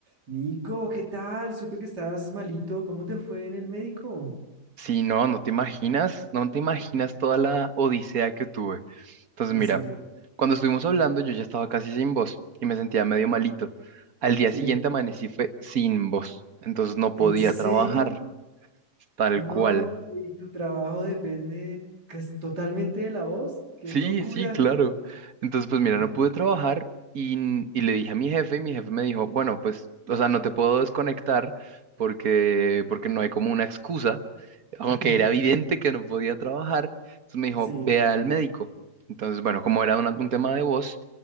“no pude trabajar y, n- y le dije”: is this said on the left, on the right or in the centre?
Right